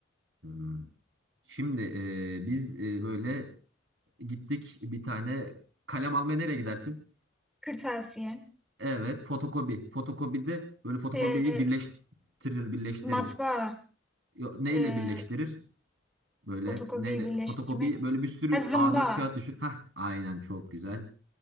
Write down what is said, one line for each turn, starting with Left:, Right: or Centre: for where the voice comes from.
Right: Hmm. Şimdi e, biz e, böyle Gittik bir tane kalem almaya nereye gidersin?
Centre: Kırtasiye.
Right: Evet, fotokopi. Fotokopide böyle fotokopiyi
Centre: Ee,
Right: birleştirir, birleştirir.
Centre: matbaa.
Right: Yo, neyle
Centre: Ee,
Right: birleştirir? Böyle
Centre: fotokopiyi
Right: neyle
Centre: birleştirmek.
Right: fotokopi böyle bir sürü
Centre: Ha, zımba.
Right: A4 kağıt düşün. Hah, aynen çok güzel.